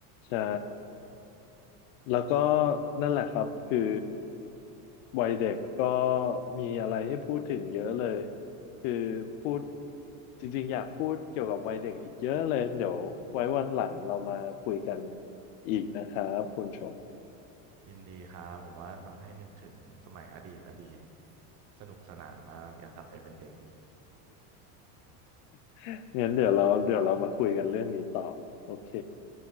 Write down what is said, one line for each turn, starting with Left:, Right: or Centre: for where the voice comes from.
Left: ใช่ แล้วก็นั่นแหละครับคือวัยเด็กก็มีอะไรให้พูดถึงเยอะเลยคือพูดจริงๆอยากพูดเกี่ยวกับวัยเด็กอีกเยอะเลยเดี๋ยวไว้วันหลังเรามาคุยกันอีกนะครับคุณชง
Right: ยินดีครับผมว่าทำให้นึกถึงสมัยอดีตอดีตสนุกสนานมากอยากกลับไปเป็นเด็กอีก
Left: <laughs> งั้นเดี๋ยวเราเดี๋ยวเรามาคุยกันเรื่องนี้ต่อโอเค